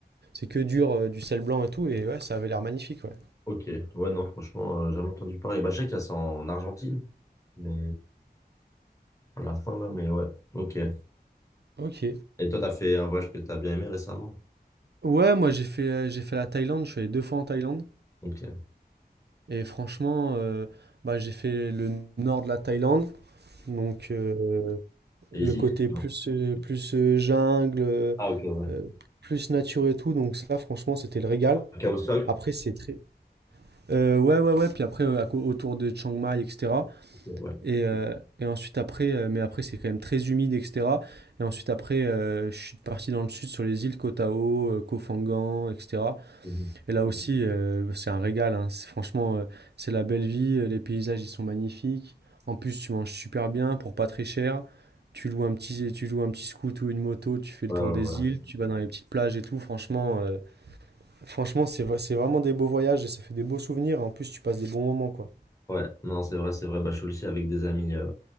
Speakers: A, on the right; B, on the left.
A: c'est que dur euh, du sel blanc et tout. Et ouais, ça avait l'air magnifique, ouais.
B: Ok. Ouais, non, franchement, euh, jamais entendu parler. Bah, je sais qu'il y a ça en Argentine, mais à la fin là. Mais ouais. Ok. Et
A: Ok.
B: toi, t'as fait un voyage que t'as bien aimé récemment?
A: Ouais, moi j'ai fait euh, j'ai fait la Thaïlande. Je suis allé deux fois en Thaïlande
B: Ok.
A: et franchement, euh, bah j'ai fait le nord de la Thaïlande, donc. euh,
B: Les
A: Le
B: îles.
A: côté
B: et tout, non
A: plus, euh, plus euh, jungle, euh,
B: Ah, ok, ouais.
A: euh, plus nature et tout. Donc ça, franchement, c'était le régal.
B: À Cahuac?
A: Après, c'est très... Euh, ouais, ouais, ouais. Puis après, euh, à co- autour de Chiang Mai, etc.
B: Ok, Ouais.
A: Et, euh, et ensuite, après, euh, mais après, c'est quand même très humide, etc. Et ensuite, après, euh, je suis parti dans le sud sur les îles Koh Tao, euh, Koh Phangan, etc.
B: Mhm.
A: Et là aussi, euh, c'est un régal. hein. C'est- Franchement, euh, c'est la belle vie. euh, Les paysages, ils sont magnifiques. En plus, tu manges super bien pour pas très cher. Tu loues un petit, tu loues un petit scoot ou une moto, tu fais le
B: Ouais,
A: tour
B: ouais,
A: des
B: ouais.
A: îles, tu vas dans les petites plages et tout. Franchement, euh, franchement, c'est, vra- c'est vraiment des beaux voyages et ça fait des beaux souvenirs. En plus, tu passes des bons moments, quoi.
B: Ouais, non, c'est vrai, c'est vrai. Bah, je suis aussi avec des amis. euh,